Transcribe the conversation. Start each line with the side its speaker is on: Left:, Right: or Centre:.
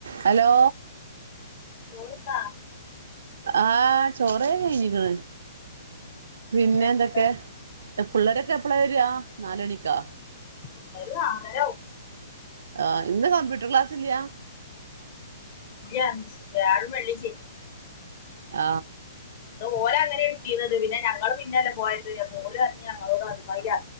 Right: Hello
Left: ചോറ്ന്നാ
Right: ആ ചോറ കഴിഞ്ഞേക്ണ് പിന്നെ
Left: എന്തേ
Right: എന്തൊക്കെ
Left: കൂട്ടാന്
Right: പിള്ളേരൊക്കെ എപ്പളാ വരിക നാലണിക്കാ
Left: പിള്ളേര് നാലാരാവും
Right: ആഹ് ഇന്ന് കമ്പ്യൂട്ടർ ക്ലാസ്സില്ല്യ
Left: <unintelligible> വ്യാഴോം വെള്ളീം ശനീം
Right: ആ
Left: ഓര് അങ്ങനെ എടുത്തീനത് പിന്നെ ഞങ്ങള് പിന്നെല്ല പോയത് ഓര് പറഞ്ഞു ഞങ്ങളോട് അതുമായി